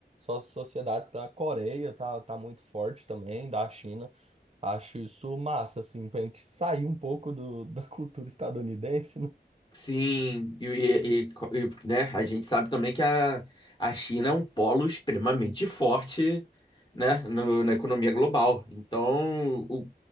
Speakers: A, on the right; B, on the left.
A: nossa sociedade. Da Coreia tá, tá muito forte também, da China. Acho isso massa, assim, pra gente sair um pouco do, <laughs> da cultura estadunidense, né?
B: Sim, e, e- e- e, né, a gente sabe também que a, a China é um polo extremamente forte, né, no- na economia global. Então, o-